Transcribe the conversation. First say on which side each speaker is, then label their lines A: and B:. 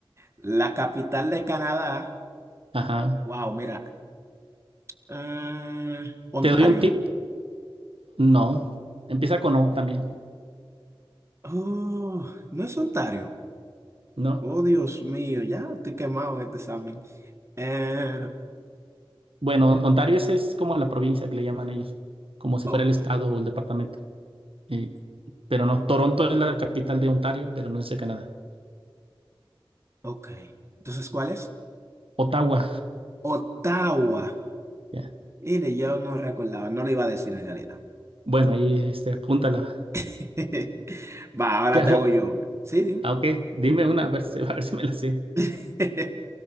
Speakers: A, on the right; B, on the right.
A: La capital de Canadá.
B: Ajá.
A: Wow, mira. ah, Ontario.
B: ¿Te doy un tip? No. Empieza con O también.
A: Oh, no es Ontario.
B: No.
A: Oh, Dios mío, ya estoy quemado en este examen. Eh,
B: Bueno, Ontario es, es como la provincia que le llaman ellos, como si
A: oh,
B: fuera el estado o el departamento. Y- pero no, Toronto es la capital de Ontario, pero no es de Canadá.
A: ok. Entonces, ¿cuál es?
B: Ottawa.
A: Ottawa.
B: Ya.
A: Mire, yo no recordaba, no le iba a decir en realidad.
B: Bueno, ahí este, apúntala.
A: <laughs> Va, ahora
B: Te ajo-
A: te hago yo una. Sí, dime.
B: Ah, ok, dime una, a ver si, <laughs> a ver si me la sé.
A: <laughs>